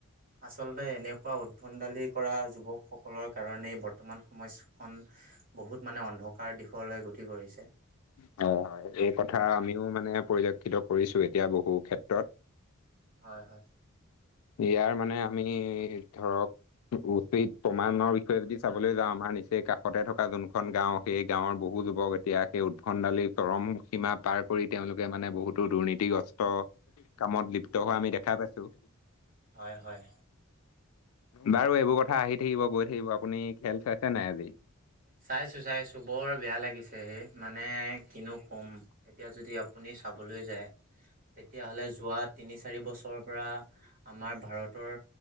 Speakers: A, on the right (about 40°); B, on the left (about 80°).
A: আচলতে এনেকুৱা উদ্ভণ্ডালি কৰা যুৱকসক সকলৰ কাৰণেই বৰ্তমান সমাজখন বহুত মানে অন্ধকাৰ দিশলৈ গতি কৰিছে
B: হয় হয় এই কথা আমিও মানে পৰিলক্ষিত কৰিছো এতিয়া বহু ক্ষেত্ৰত
A: হয় হয়
B: ইয়াৰ মানে আমি ধৰক উপিত প্ৰমাণৰ বিষয়ে যদি চাবলৈ যাওঁ আমাৰ নিচেই কাষতে থকাজন খন গাঁও সেই গাঁৱৰ বহু যুৱক এতিয়া সেই উদ্ভণ্ডালি চৰম সীমা পাৰ কৰি তেওঁলোকে মানে বহুতো দুৰ্নীতিগ্ৰস্ত কামত লিপ্ত হোৱা আমি দেখা পাইছো
A: হয়, হয়,
B: বাৰু এইবোৰ কথা আহি থাকিব গৈ থাকিব আপুনি খেল চাইছে নাই আজি
A: চাইছো-চাইছো বৰ বেয়া লাগিছে হেই মানে কিনো কম এতিয়া যদি আপুনি চাবলৈ যায় তেতিয়া হ'লে যোৱা তিনি চাৰি বছৰৰ পৰা। আমাৰ ভাৰতৰ